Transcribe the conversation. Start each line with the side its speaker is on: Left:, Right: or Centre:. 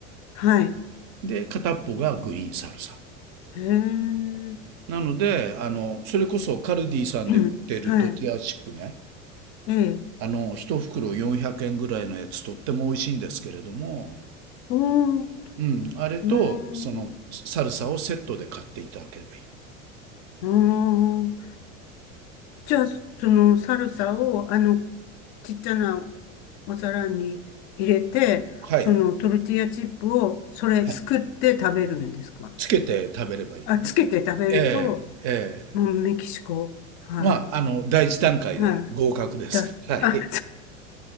Left: はい。
Right: で、片っぽがグリーンサルサ。
Left: へえ。
Right: なので、あの、それこそカルディさんで売ってるトティアチップね。
Left: <clears throat> はい。ええ。
Right: あの、一袋400円ぐらいのやつとっても美味しいんですけれども、
Left: おー、
Right: うん、あれと、
Left: うーん。
Right: その、サルサをセットで買っていただければいいの。
Left: うーん。じゃあ、そのサルサを、あの、ちっちゃなお皿に入れて、
Right: はい。
Left: そのトルティーヤチップを、それすくって食べるんですか
Right: はい。つけて食べればいいのね。
Left: あ、つけて食べると、
Right: ええ、ええ。
Left: もうメキシコ。は
Right: まあ、あの、第一段階で合格です。
Left: い。はい。だ、
Right: はい。
Left: あ、